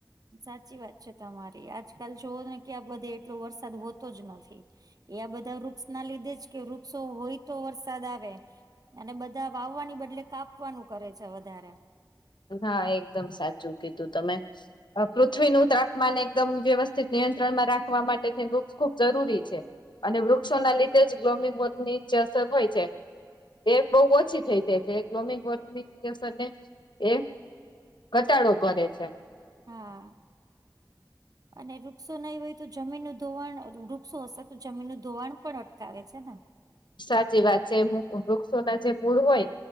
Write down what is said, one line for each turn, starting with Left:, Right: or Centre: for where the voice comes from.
Right: સાચી વાત છે તમારી, આજકાલ જોવો ને કે આ બધે એટલો વરસાદ હોતો જ નથી. એ બધા ઋક્ષ ના લીધે જ કે ઋક્ષો હોય તો વરસાદ આવે અને બધા વાવવાની બદલે કાપવાનુ કરે છે વધારે.
Left: હા, એકદમ સાચું કીધું તમે. અ પૃથ્વીનું તાપમાન એકદમ વ્યવસ્થિત નિયંત્રણમાં રાખવા માટે વુક્ષ ખૂબ જરૂરી છે. અને વૃક્ષો ના લીધે જ લોમી પોતની જે અસર હોય છે. એ બઉ ઓછી થઈ જાય છે. ગ્લોમિંગ વોર્મિંગની અસર ને એ ઘટાડો કરે છે.
Right: આ...
Left: <inaudible>
Right: અને ઋક્ષો નઈ હોય તો જમીનનું ધોવાણ ઋક્ષો હસે, તો જમીનનું ધોવાણ પણ અટકાવે છે ને
Left: સાચી વાત છે. હુ વૃક્ષો ના જે મૂળ હોય